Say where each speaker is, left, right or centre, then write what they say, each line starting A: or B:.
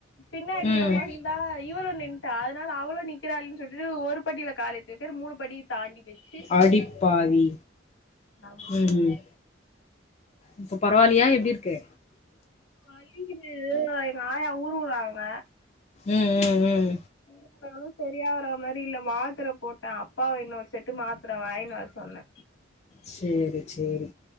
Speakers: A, on the left; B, on the left.
A: பின்னாடி
B: ம்
A: இவ வந்தா இவ்ளோ நின்ட்டா அதனால அவளு நிக்கிறாள்ன்னு சொல்லிட்டு ஒரு படியில கால எடுத்து வைக்கிறனு மூணு படி தாண்டி வச்சு
B: அடிப்பாவி
A: நான் மாட்னேன்.
B: ம் ம் இப்ப பரவாயில்லியா எப்டி இருக்கு
A: வலிக்குது எங்க ஆயா உருவுறாங்க
B: ம் ம் ம்
A: உருவுனாலும் சரியாகற மாரி இல்ல மாத்தர போட்டே அப்பாவ இன்னொரு செட்டு மாத்திர வாங்கினு வர சொன்னே
B: செரி செரி